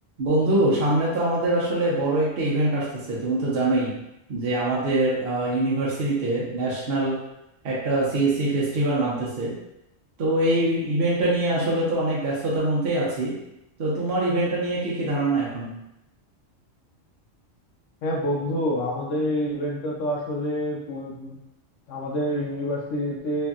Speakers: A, on the right (about 55°); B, on the left (about 75°).
A: বন্ধু সামনে তো আমাদের আসলে বড় একটা ইভেন্ট আসতেছে তুমি তো জানোই যে আমাদের ইউনিভার্সিটিতে ন্যাশনাল একটা সিএসসি ফেস্টিভ্যাল নামতেছে তো এই ইভেন্টটা নিয়ে আসলে তো অনেক ব্যস্ততার মধ্যেই আছি তো তোমার ইভেন্টটা নিয়ে কি কি ধারণা এখন
B: হ্যাঁ বন্ধু আমাদের এই ইভেন্টটা তো আসলে পু- আমাদের ইউনিভার্সিটিতে